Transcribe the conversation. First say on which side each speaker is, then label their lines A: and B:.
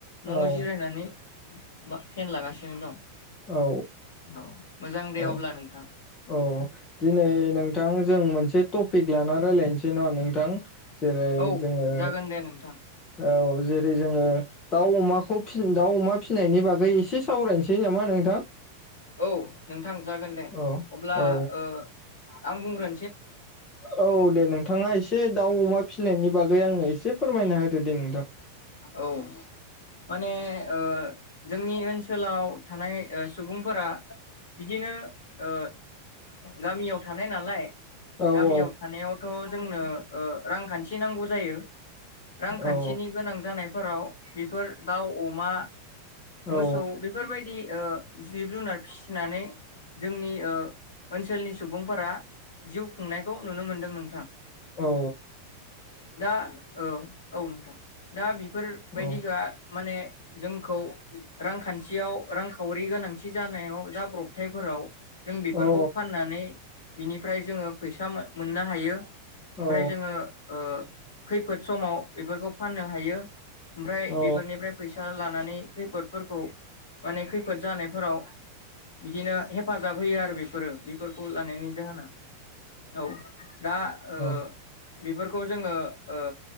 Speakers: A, on the left; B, on the left.
A: न'आव
B: औ
A: जिरायनानै बा फेन लागासिनो दं।
B: औ।
A: औ मोजां दे
B: औ
A: अब्ला नोंथां
B: औ दिनै नोंथां जों मोनसे टपिक लानानै रायलायनोसै ना नोंथां। जेरै
A: औ
B: जोङो
A: जागोन दे नोंथां
B: औ जेरै जोङो दाउ अमा खुब दाउ अमा फिसिनायनि बागै एसे सावरायनोसै नामा नोंथां?
A: औ नोंथां जागोन दे
B: औ
A: अब्ला
B: औ
A: ओ आं बुंग्रो
B: औ दे नोंथाङा एसे दाउ अमा फिनायनि बागै आंनो एसे फोरमायना होदो दे नोंथां।
A: औ माने ओ जोंनि ओनसोलाव थानाय सुबुंफोरा बिदिनो ओ गामियाव थानाय नालाय
B: औ
A: गामियाव
B: औ
A: थानायावथ जोंनो ओ रांखान्थि नांगौ जायो। रांखान्थिनि
B: औ
A: गोनां। जानायफोराव बेफोर दाउ अमा मोसौ
B: औ
A: बेफोरबायदि ओ जिब जुनार फिसिनानै जोंनि ओ ओनसोलनि सुबुंफोरा जिउ खुंनायखौ नुनो मोनदों नों
B: औ
A: <unintelligible> दा ओ औ नोंथां दा बिब फोर बायदि
B: औ
A: माने जोंखौ रांखान्थियाव रांखावरि गोनांथि जानायाव जाब्रबथायफोराव जों बेफोरखौ
B: औ
A: फाननानै बिनिफ्राय जोङो फैसा मोन-मोननो हायो ओमफ्राय
B: औ
A: जोङो ओ खैफोद समाव बेफोरखौ फाननो हायो ओमफ्राय
B: औ
A: बेफोरनिफ्राय फैसा ला माने खैफोदफोरखौ माने खैफोदजानायफोराव बिदिनो हेफाजाब होयो आरो बेफोरो फोरखौ लानायनि जाहोना औ दा ओ
B: औ
A: बेफोरखौ जोङो ओ